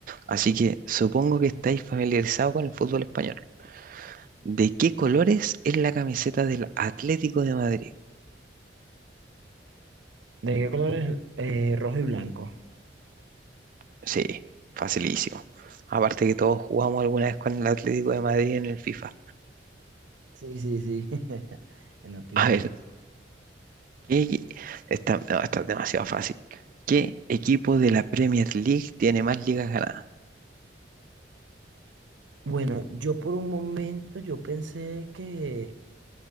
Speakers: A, on the right; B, on the right.
A: Así que supongo que estáis familiarizados con el fútbol español. ¿De qué colores es la camiseta del Atlético de Madrid?
B: ¿De qué color es? Eh, rojo y blanco.
A: Sí, facilísimo. Aparte que todos jugamos alguna vez con el Atlético de Madrid en el FIFA.
B: Sí, sí, sí, <laughs> en la Play.
A: A ver, ¿qué equi- Esta, no, esta es demasiado fácil. ¿Qué equipo de la Premier League tiene más ligas ganadas?
B: Bueno, yo por un momento yo pensé que